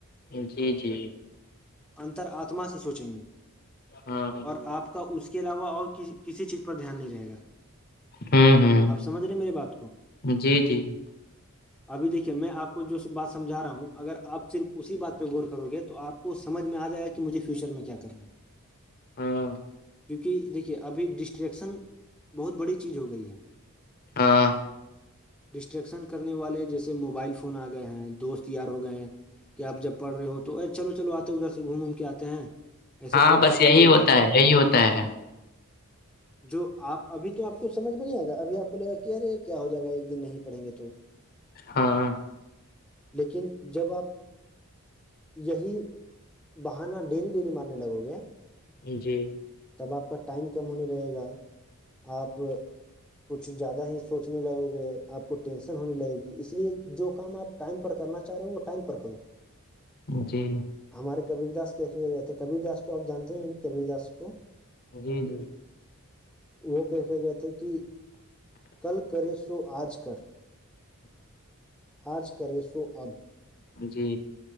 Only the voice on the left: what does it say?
جی جی
ہاں
ہوں ہوں
جی جی
ہاں
ہاں
ہاں
بس
یہی
ہوتا
ہے ہوتا ہے
ہاں
جی
جی
جی جی
جی